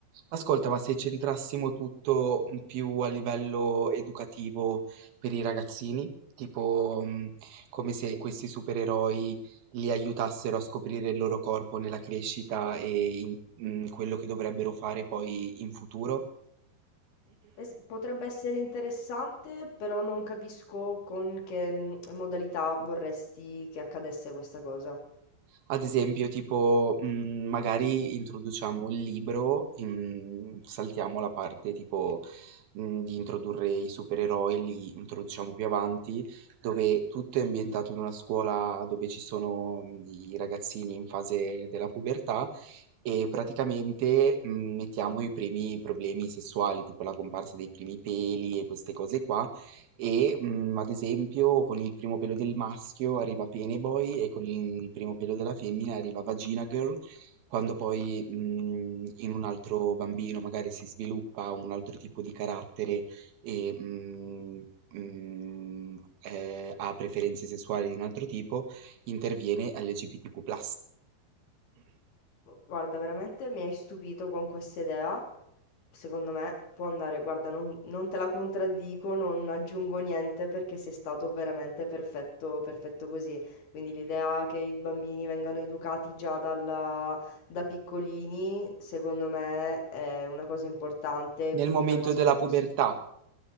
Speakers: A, on the right; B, on the left.
A: Ascolta, ma se centrassimo tutto mm, più a livello educativo per i ragazzini, tipo mm, come se questi supereroi li aiutassero a scoprire il loro corpo nella crescita e in, in quello che dovrebbero fare poi in futuro,
B: E s- Potrebbe essere interessante, però non capisco con che mh, modalità vorresti che accadesse questa cosa.
A: Ad esempio, tipo, mhmm, magari introduciamo il libro, in saltiamo la parte tipo, mhmm, di introdurre i supereroi, li introduciamo più avanti, dove tutto è ambientato in una scuola dove ci sono mm, i ragazzini in fase della pubertà e praticamente, mhmm, mettiamo i primi problemi sessuali, tipo la comparsa dei primi peli e queste cose qua, e, mhmm, ad esempio, con il primo pelo del maschio arriva Penneboy e con il primo pelo della femmina arriva Vagina Girl, quando poi, mhmm, in un altro bambino magari si sviluppa un altro tipo di carattere e, mhmm, mhmm, ehm, ha preferenze sessuali di un altro tipo, interviene LGBTQ+.
B: Guarda, veramente mi hai stupito con questa idea. secondo me può andare. Guarda, non, non te la contraddico, non aggiungo niente perché sei stato veramente perfetto, perfetto così. Quindi l'idea che i bambini vengano educati già dalla- da piccolini, secondo me è una cosa importante, quindi
A: Nel momento
B: una cosa
A: della
B: che, poss-
A: pubertà,